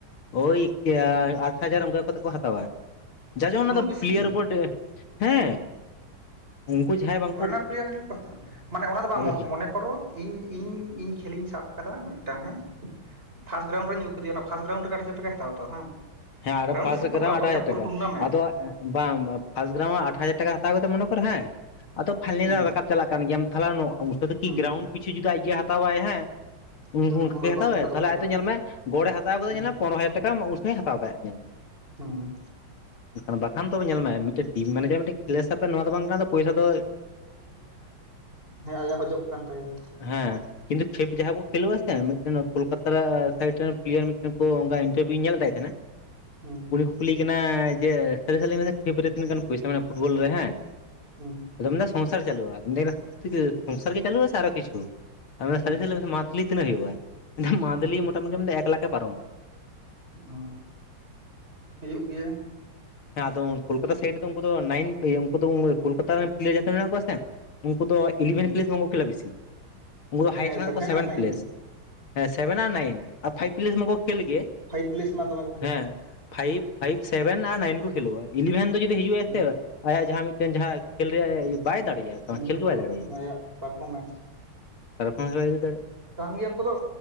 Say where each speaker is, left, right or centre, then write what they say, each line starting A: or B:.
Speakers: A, on the left (about 85°); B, on the right (about 25°).
A: ᱳᱭ ᱟᱴ ᱦᱟᱡᱟᱨ ᱚᱱᱠᱟ ᱠᱚᱛᱮ ᱠᱚ ᱦᱟᱛᱟᱣᱟ ᱾ ᱡᱟᱨ ᱡᱮᱢᱚᱱ ᱚᱱᱟ
B: ᱩᱱᱟᱹᱜ
A: ᱫᱚ
B: ᱵᱮᱥᱤ
A: ᱯᱞᱤᱭᱟᱨ ᱩᱯᱚᱨ ᱦᱮᱸ ᱩᱱᱠᱩ ᱡᱟᱦᱟᱸᱭ ᱵᱟᱝ
B: ᱯᱷᱚᱨᱮᱱᱟᱨ ᱯᱞᱮᱭᱟᱨ ᱢᱟᱱᱮ ᱚᱱᱟ ᱫᱚ ᱵᱟᱝ
A: ᱦᱮᱸ
B: ᱢᱚᱱᱮ ᱠᱚᱨᱚ ᱤᱧ ᱤᱧ ᱤᱧ ᱠᱷᱮᱞᱤᱧ ᱥᱟᱵ ᱟᱠᱟᱫᱟ ᱢᱤᱫᱴᱟᱝ ᱦᱮᱸ ᱯᱷᱟᱥᱴ ᱜᱨᱟᱣᱩᱱᱰ ᱨᱮᱧ ᱟᱹᱜᱩ ᱠᱮᱫᱮᱭᱟ ᱚᱱᱟ ᱾ ᱯᱷᱟᱥ ᱜᱮᱨᱟᱣᱩᱱᱰ ᱨᱮ ᱜᱮ ᱟᱢ ᱦᱟᱡᱟᱨ ᱴᱟᱠᱟᱭ ᱦᱟᱛᱟᱣᱟ ᱛᱚ
A: ᱦᱮᱸ ᱟᱨ ᱯᱷᱟᱥ
B: ᱦᱤᱥᱟᱹᱵ ᱠᱚ
A: ᱜᱨᱟᱣᱩᱱᱰ
B: ᱦᱟᱛᱟᱣᱟ ᱛᱚ
A: ᱟᱴ ᱵᱟᱡᱟᱨ
B: ᱥᱮ ᱯᱩᱨᱟᱹ
A: ᱴᱟᱠᱟ
B: ᱴᱩᱨᱱᱟᱢᱮᱱᱴ
A: ᱟᱫᱚ ᱵᱟᱝ ᱵᱟᱝ ᱯᱷᱟᱥᱴ ᱜᱨᱟᱣᱩᱱ ᱟᱴ ᱦᱟᱡᱟᱨ ᱴᱟᱠᱟ ᱦᱟᱛᱟᱣ ᱠᱟᱫᱟ ᱢᱚᱱᱮ ᱠᱚᱨᱮ ᱦᱮᱸ ᱟᱫᱚ ᱯᱷᱟᱭᱱᱮᱞ
B: ᱦᱩᱸ
A: ᱨᱟᱠᱟᱵ ᱪᱟᱞᱟᱜ ᱠᱟᱱ ᱜᱮᱭᱟᱢ ᱛᱷᱟᱞᱮ ᱩᱱᱥᱚ
B: ᱦᱩᱸ
A: ᱜᱨᱟᱣᱩᱱᱰ ᱯᱤᱪᱷᱩ ᱡᱩᱫᱤ ᱟᱡ ᱜᱮ ᱦᱟᱛᱟᱣᱟᱭ ᱦᱮᱸ <unintelligible>
B: ᱦᱩᱸ ᱚᱸᱰᱮ ᱠᱷᱚᱱ
A: ᱦᱟᱛᱟᱣᱟᱭ
B: ᱚᱱᱠᱟ
A: ᱛᱟᱦᱞᱮ
B: ᱵᱟᱭ ᱦᱟᱛᱟᱣᱟ
A: ᱟᱡ ᱫᱚ ᱧᱮᱞ ᱢᱮ ᱜᱚᱲᱮ
B: ᱦᱩᱸ
A: ᱦᱟᱛᱟᱣ ᱟᱠᱟᱫᱟᱭ
B: ᱦᱩᱸ
A: ᱧᱮᱞ ᱢᱮ ᱯᱚᱱᱨᱚ ᱦᱟᱡᱟᱨ ᱴᱟᱠᱟ ᱧᱮᱞ‌ᱢᱮ
B: ᱦᱩᱸ
A: ᱮᱠᱷᱟᱱ ᱵᱟᱠᱷᱟᱱ ᱛᱚ ᱧᱮᱞ ᱢᱮ ᱢᱤᱫᱴᱮᱱ ᱴᱤᱢ ᱢᱮᱱᱮᱡᱟᱨ ᱢᱤᱫᱴᱤᱡ ᱠᱷᱮᱞ ᱮ ᱥᱟᱵᱮ ᱱᱚᱣᱟ ᱫᱚ ᱵᱟᱝ ᱠᱟᱱᱟ ᱛᱚ ᱯᱚᱭᱥᱟ ᱫᱚᱭ
B: ᱦᱮᱸ ᱟᱭᱟᱜ ᱦᱚᱸ ᱡᱚᱜ ᱠᱟᱱ ᱛᱟᱭᱟ
A: ᱦᱮᱸ ᱠᱤᱱᱛᱩ ᱠᱷᱮᱯ ᱡᱟᱦᱟᱸ ᱠᱚ ᱠᱷᱮᱞᱳᱜ-ᱟ ᱥᱮ ᱢᱤᱫᱴᱮᱱ ᱠᱳᱞᱠᱟᱛᱟ ᱨᱮ ᱟᱜ ᱥᱟᱭᱤᱰ ᱨᱮᱱ ᱯᱞᱮᱭᱟᱨ ᱢᱤᱫᱴᱮᱱ ᱠᱚ ᱚᱱᱟ ᱤᱱᱴᱟᱨᱵᱷᱤᱭᱩᱧ ᱧᱮᱞᱮᱫ ᱛᱟᱭ ᱛᱟᱦᱮᱸᱱᱟ ᱾
B: ᱦᱩᱸ
A: ᱩᱱᱤ ᱠᱩᱠᱞᱤ ᱠᱟᱱᱟᱭ ᱡᱮ ᱥᱟᱹᱨᱤ ᱥᱟᱹᱨᱤ ᱞᱟᱹᱭ ᱢᱮ ᱥᱮ ᱠᱷᱮᱯ ᱨᱮ ᱛᱤᱱᱟᱹᱜ ᱜᱟᱱ ᱯᱚᱭᱥᱟ ᱢᱮᱱᱟᱜ-ᱟ ᱯᱷᱩᱴᱵᱚᱞ ᱨᱮ ᱦᱮᱸ
B: ᱦᱩᱸ
A: ᱟᱫᱚ ᱥᱚᱝᱥᱟᱨ ᱪᱟᱞᱩᱜ-ᱟ ᱟᱫᱚ ᱠᱚ ᱢᱮᱛᱟᱭ ᱠᱟᱱᱟ ᱥᱚᱝᱥᱟᱨ ᱜᱮ ᱪᱟᱞᱩᱜ-ᱟ ᱥᱮ ᱟᱨᱚ ᱠᱤᱪᱷᱩ <unintelligible>
B: ᱦᱩᱸ
A: ᱛᱤᱱᱟᱹ ᱦᱩᱭᱩᱜ-ᱟ ᱞᱮᱫᱟᱭ ᱢᱟᱱᱛᱞᱤ
B: ᱦᱩᱸ
A: ᱢᱚᱴᱟᱢᱩᱴᱤ ᱮᱠ ᱞᱟᱠᱷᱮ ᱯᱟᱨᱚᱢᱟ
B: ᱚ ᱦᱩᱭᱩᱜ ᱜᱮᱭᱟ
A: ᱦᱮᱸ ᱟᱫᱚ ᱠᱳᱞᱠᱟᱛᱟ ᱥᱟᱭᱤᱰ ᱨᱮᱫᱚ ᱩᱱᱠᱩ ᱫᱚ ᱱᱟᱭᱤᱱ ᱩᱱᱠᱩ ᱫᱚ ᱠᱳᱞᱠᱟᱛᱟ ᱨᱮᱱ ᱯᱞᱮᱭᱟᱨ ᱡᱷᱚᱛᱚ ᱢᱮᱱᱟᱜ ᱠᱚᱣᱟ ᱥᱮ ᱩᱱᱠᱩ ᱫᱚ ᱤᱞᱤᱵᱷᱮᱱ
B: ᱦᱩᱸ
A: ᱯᱮᱞᱮᱥ ᱵᱟᱝ ᱠᱚ ᱠᱷᱮᱞᱟ ᱵᱮᱥᱤ ᱩᱱᱠᱩ ᱫᱚ ᱦᱟᱭᱮᱥᱴ
B: ᱦᱮᱸ
A: ᱦᱮᱱᱟᱜ
B: ᱥᱮᱵᱷᱮᱱ
A: ᱛᱟᱠᱚ ᱥᱮᱵᱮᱱ
B: ᱟᱨ ᱱᱟᱭᱤᱱ
A: ᱯᱮᱞᱮᱥᱼᱼ ᱦᱮᱸ ᱥᱮᱵᱮᱱ ᱟᱨ ᱱᱟᱭᱤᱱ ᱟᱨ ᱯᱷᱟᱭᱤᱵᱽ ᱯᱮᱞᱮᱥ ᱢᱟᱠᱚ ᱠᱷᱮᱞ ᱜᱮ᱾
B: ᱯᱷᱟᱭᱤᱯ ᱯᱮᱞᱮᱥ ᱢᱟ ᱫᱚᱢᱮ‌ ᱠᱩᱼᱼ
A: ᱦᱮᱸ ᱯᱷᱟᱭᱤᱵᱽ ᱯᱷᱟᱭᱤᱵᱽ ᱥᱮᱵᱮᱱ ᱟᱨ ᱱᱟᱭᱤᱱᱼᱼ ᱠᱚ ᱠᱷᱮᱞᱳᱜ-ᱟ ᱤᱞᱤᱵᱷᱮᱱ ᱫᱚ ᱡᱩᱫᱤ ᱦᱤᱡᱩᱜ ᱟᱭ
B: ᱦᱩᱸ
A: ᱥᱮ ᱟᱭᱟᱜ ᱡᱟᱦᱟᱸ ᱢᱤᱫᱴᱮᱱ ᱡᱟᱦᱟᱸ ᱠᱷᱮᱞ ᱨᱮᱭᱟᱜ ᱤᱼᱼ ᱵᱟᱭ ᱫᱟᱲᱤᱭᱟᱜ-ᱟ
B: ᱦᱩᱸ
A: ᱛᱚᱸ ᱠᱷᱮᱞ ᱜᱮ ᱵᱟᱭ ᱫᱟᱲᱮᱭᱟᱜ
B: ᱟᱭᱟᱜ ᱯᱟᱨᱯᱷᱚᱨᱢᱮᱱᱥ
A: ᱯᱟᱨᱯᱷᱚᱨᱢᱮᱱᱥ ᱵᱟᱭ ᱩᱫᱩᱜ ᱫᱟᱲᱮᱜ ᱟ
B: ᱠᱟᱱ ᱜᱮᱭᱟ ᱩᱱᱠᱩ ᱫᱚ